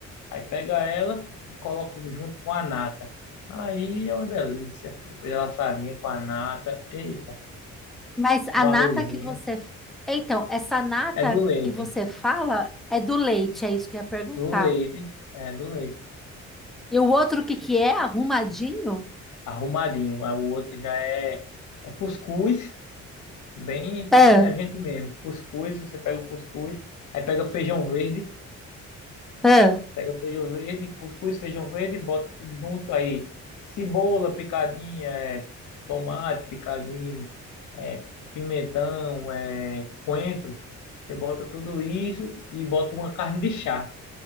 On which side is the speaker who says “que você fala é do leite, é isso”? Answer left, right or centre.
Centre